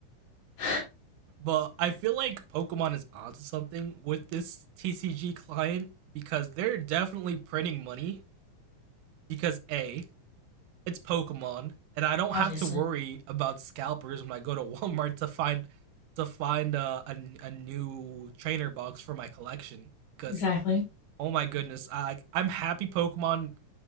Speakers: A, on the left; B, on the right.
A: <laughs>
B: But I
A: Yeah,
B: feel like Pokemon is onto something with this TCG client because they're definitely printing money. Because a, it's Pokemon, and I don't
A: obviously.
B: have to worry about scalpers when I go to <laughs> Walmart to find to find a a, a new trainer box for my collection because
A: Exactly.
B: oh my goodness, I like, I'm happy Pokemon